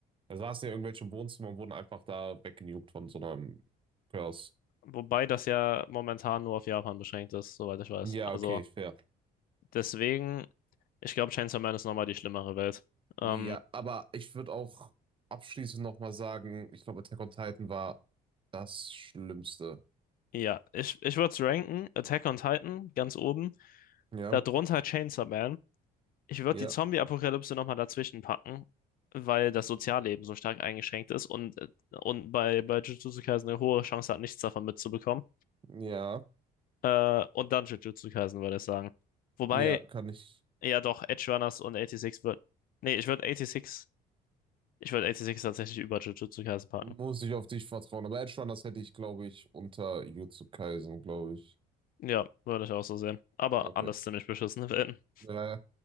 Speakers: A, on the right; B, on the left.
A: Da saßen ja irgendwelche im Wohnzimmer und wurden einfach da weggenugt von so einem Curse.
B: Wobei das ja momentan nur auf Japan beschränkt ist, soweit ich weiß.
A: Ja,
B: Also
A: okay, fair.
B: deswegen. Ich glaube, Chainsaw Man ist nochmal die schlimmere Welt. Ähm,
A: Ja, aber ich würde auch abschließend nochmal sagen, ich glaube, Attack on Titan war das Schlimmste.
B: ja, ich, ich würde es ranken. Attack on Titan ganz oben.
A: Ja,
B: Darunter Chainsaw Man. Ich würde
A: ja,
B: die Zombie-Apokalypse nochmal dazwischen packen, weil das Sozialleben so stark eingeschränkt ist und, äh, und bei, bei Jujutsu Kaisen eine hohe Chance hat, nichts davon mitzubekommen.
A: ja,
B: Äh, und dann Jujutsu Kaisen würde ich sagen. Wobei,
A: ja, kann ich,
B: ja doch, Edge Runners und 86 wird. Nee, ich würde 86. Ich würde 86 tatsächlich über Jujutsu Kaisen packen.
A: muss ich auf dich vertrauen. Aber Edge Runners hätte ich, glaube ich, unter Jujutsu Kaisen, glaube ich.
B: Ja, würde ich auch so sehen. Aber
A: Okay.
B: anders ziemlich beschissene Welten. <laughs>
A: Ja, ja.